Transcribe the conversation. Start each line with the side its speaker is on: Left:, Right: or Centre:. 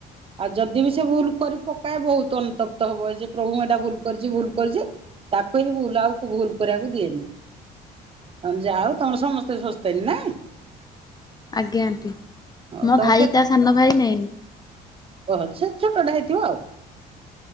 Right: ଆଉ ଯଦି ବି ସେ ଭୁଲ କରି ପକାଏ ବହୁତ ଅନତପ୍ତ ହବ ଯେ ପ୍ରଭୁ ମୁ ଏଟା ଭୁଲ କରିଛି ଭୁଲ କରିଛି। ତାକୁ ବିି ଭୁଲ ଆଉକୁ ଭୁଲ କରିବାକୁ ଦିଏନି। ତମେ ଯାଅ ହଉ ତମର ସମସ୍ତେ ଶସ୍ ହେନ ନାଇ।
Left: ଆଜ୍ଞା ଆଣ୍ଟି
Right: ହଉ
Left: ମୋ
Right: ତମର
Left: ଭାଇ ତା ସାନ ଭାଇ ନାଇନି
Right: ହହ ସେ ଛୋଟଟା ହେଇଥିବ ଆଉ।